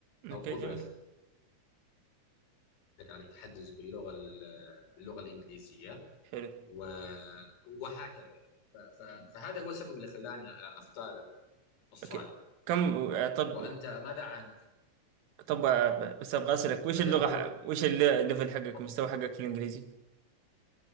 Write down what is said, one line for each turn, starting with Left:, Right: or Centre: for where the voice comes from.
Right: اوكي
Left: أو قدرتك
Right: جميل
Left: على التحدث باللغه ال- باللغه الانجليزيه
Right: حلو
Left: و- وهكذا يعني ف- ف- فهذا هو السبب اللي خلاني اختار استراليا
Right: اوكي كم آه، طب
Left: وانت ماذا عنك؟
Right: طب آه، ب- بس ابغى اسالك وش
Left: ماذا
Right: اللغة
Left: تر-
Right: ح- وش الليفل حقك
Left: تفضل
Right: مستوى حقك في الانجليزي؟